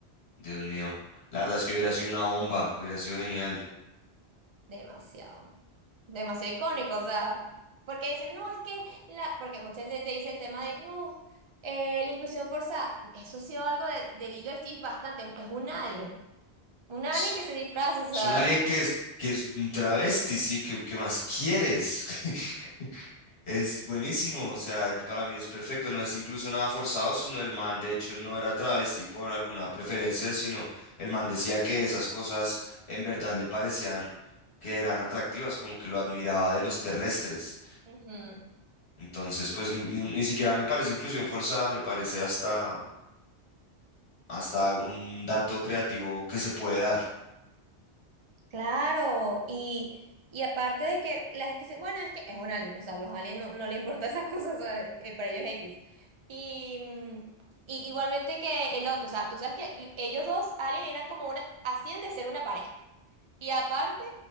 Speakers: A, on the left; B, on the right.
A: Dios mío. La verdad es que hubiera sido una bomba, hubiera sido genial.
B: Demasiado. Demasiado icónico, o sea, porque dicen, no, es que la, porque mucha gente dice el tema de, no, eh, la inclusión forzada, eso ha sido algo de- del hilo de Steve bastante, es un alien, un alien
A: Es
B: que se disfraza, o sea.
A: es un alien que es, que es un travesti, sí, ¿qué, qué más quieres? <laughs> Es buenísimo, o sea, yo- para mí es perfecto, no es incluso nada forzado, sino el man, de hecho, no era travesti por alguna preferencia, sino el man decía que esas cosas en verdad le parecían que eran atractivas, como que lo admiraba de los terrestres.
B: Ujú.
A: Entonces, pues ni, ni- ni siquiera me parece inclusión forzada, me parece hasta, hasta un dato creativo que se puede dar.
B: Claro, y, y aparte de que la gente dice, bueno, es que es un alien, o sea, los aliens no, no le importan esas cosas, o sea, eh, para ellos es X. Y, mm, y igualmente que el otro, o sea, tú sabes que l- ellos dos, aliens, eran como una, hacían de ser una pareja. Y aparte,